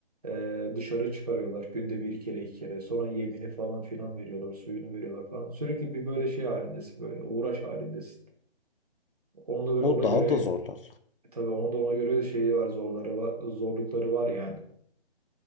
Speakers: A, on the right; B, on the left.
A: e, dışarı çıkarıyorlar. Günde bir kere iki kere. Sonra yemini falan filan veriyorlar. Suyunu veriyorlar falan. Sürekli bir böyle şey halindesin böyle. Uğraş halindesin. Onu da böyle
B: O
A: ona
B: daha
A: göre
B: da zorlar.
A: e, tabii onun da ona göre şeyi var, zorları var, zorlukları var yani.